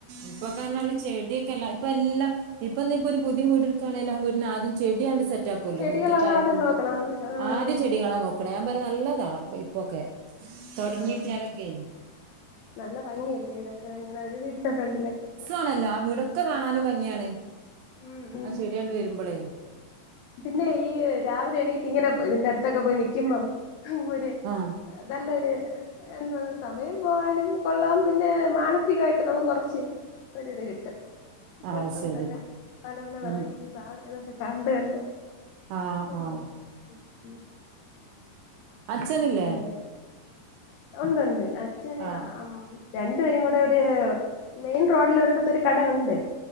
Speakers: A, on the right; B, on the left.
A: ഇപ്പൊക്കെർഞാല് ചെടി ഇപ്പല്ലാം ഇപ്പൊന്ന ഇപ്പൊരു പുതിയ വീട് ഇട്ക്കാണേല് ആ വീടിനാദ്യം ചെടിയണ്ട് സെ റ്റാക്കുല്ലോ
B: ചെടികളാണ്
A: മുറ്റത്തായാലും
B: ആദ്യം നോക്കണത് ആഹ്
A: ആദ്യ ചെടികളാ നോക്കണ ഞാൻ പറയാ നല്ലതാ ഇപ്പൊക്കെ തൊടങ്ങിയിട്ടിയാലൊക്കെ
B: ആഹ് നല്ല ഭംഗിയല്ലേ ഇതൊക്കെങ്ങനെ ഒരു വീടിന്റെ ഫ്രെണ്ടിലൊക്കെ
A: ആണല്ലോ ആ വീടൊക്കെ കാണാനും ഭംഗിയാണ്
B: ഉം ഉം
A: ആ ചെടിയാണ്ട് വരുമ്പോളേ
B: പിന്നെ ഈ രാവിലെ എണീട്ടങ്ങനെതിന്റെ അടുത്തൊക്കെ നൽക്കുമ്പോ അങ്ങൊരു
A: ആഹ്
B: നല്ലൊരു എന്താ സമയം പോവാനും കൊള്ളാം പിന്നെ മാനസികമായിട്ട് നമുക്ക് കുറച്ച് ഒരുത് കിട്ടും
A: അത്
B: പൂക്കളതൊക്കെ
A: ശരി
B: പല പല വെറൈറ്റീസ്
A: ഉം
B: ആതൊക്കെ കണ്ട്കണ്ട്
A: ആഹ്
B: അങ്ങനെ
A: ആഹ്
B: <unintelligible>
A: അച്ഛനില്ലേ
B: പിന്നെ ഉണ്ട്ണ്ട് അച്ഛന്
A: ആഹ്
B: അം രണ്ട്പേരുംകൂടെ ഒരു മെയിൻ റോഡിൽ ഒരിടത്ത് ഒരു കടഉണ്ട്